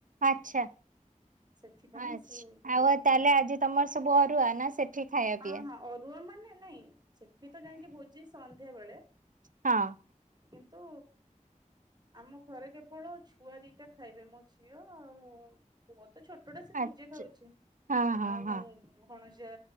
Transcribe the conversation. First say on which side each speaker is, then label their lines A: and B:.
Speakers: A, on the right; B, on the right.
A: ଆଛା
B: ସେଥିପାଇଁ
A: ଆଛା
B: ସେ ଯିବନି
A: ଆଉ ତାହେଲେ ଆଜି ତମର ସବୁ ଅରୁଆ ନା? ସେଠି ଖାଇବା
B: ହଁ
A: ପିଇବା?
B: ହଁ ଅରୁଆ ମାନେ ନାଇଁ ସେଠି ତ ଯାଇକି ଭୋଜି ସନ୍ଧ୍ୟା ବେଳେ
A: ହଁ
B: କିନ୍ତୁ ଆମ ଘରେ କେବଳ ଛୁଆ ଦିଟା ଖାଇବେ ମୋ ଝିଅ ଆଉ ତ ଛୋଟଟା ସେ ସିଝେ
A: ଆଚ୍ଛା
B: ଖାଉଛି
A: ହଁ ହଁ
B: ଆଉ
A: ହଁ
B: ଭଣଯା